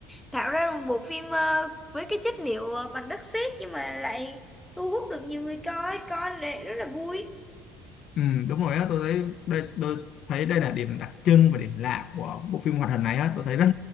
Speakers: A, in the centre; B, on the left (about 55°).
A: tạo ra một bộ phim ờ, với cái chất liệu ờ, bằng đất sét nhưng mà lại thu hút được nhiều người coi coi lại rất là vui
B: ừ, đúng rồi á tôi thấy đây tôi thấy đây là điểm đặc trưng và điểm lạ của bộ phim hoạt hình này á tôi thấy rất